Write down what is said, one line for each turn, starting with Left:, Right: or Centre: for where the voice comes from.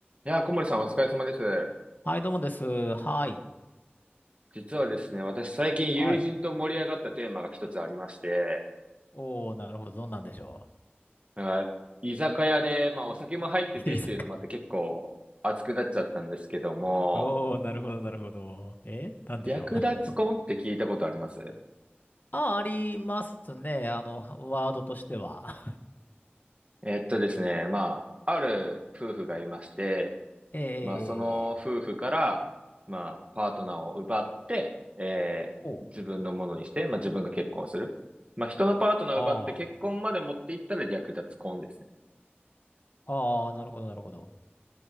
Right: いやー、小森さんお疲れ様です。
Left: はい、どうもです。はい。
Right: 実はですね、私最近友人と盛り上がったテーマが一つありまして、
Left: はい。おー、なるほど。どんなんでしょ
Right: なんか居酒屋で、まあお酒も入っててっていうのもあって結構熱くなっちゃったんですけども、
Left: う。<laughs> いいさか。おー、なるほど、なるほど。えなんでしょう。
Right: 略奪婚って聞いたことあります
Left: <laughs> あ、ありますね。あの、ワードとしては。
Right: えっとですね、まあ、ある夫婦がいまして、
Left: <laughs> えー。
Right: まあその夫婦から、まあパートナーを奪って、えー自分のものにして、
Left: お
Right: まあ自分が結婚する。まあ人のパートナーを奪って結婚まで持っていったら略奪婚ですね。
Left: ああー。あーなるほど、なるほど。